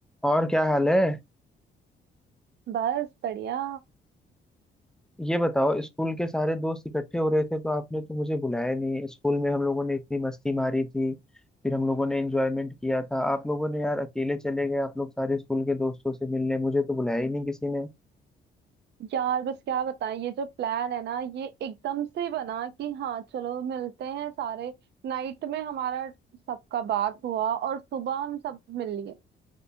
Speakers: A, in the centre; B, on the right.
A: और क्या हाल है
B: बस बढ़िया
A: ये बताओ स्कूल के सारे दोस्त इकट्ठे हो रहे थे तो आपने तो मुझे बुलाया नहीं स्कूल में हम लोगों ने इतनी मस्ती मारी थी फिर हम लोगों ने एंजॉयमेंट किया था आप लोगों ने यार अकेले चले गए आप लोग सारे स्कूल के दोस्तों से मिलने मुझे तो बुलाया ही नहीं किसी
B: यार बस क्या बताएं ये जो प्लान है ना ये एकदम से बना कि हाँ चलो मिलते हैं सारे नाइट में हमारा सबका बात हुआ और सुबह हम सब मिल लिए तो